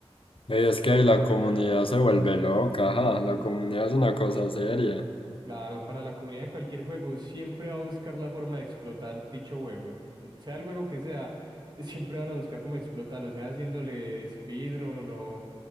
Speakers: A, on the left; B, on the right.
A: Ey, es que la comunidad se vuelve loca, ajá, la comunidad es una cosa seria.
B: Claro, para la comunidad de cualquier juego siempre va a buscar la forma de explotar dicho juego. Sea el juego que sea, <laughs> siempre van a buscar cómo explotarlo, sea haciéndole speedrun o,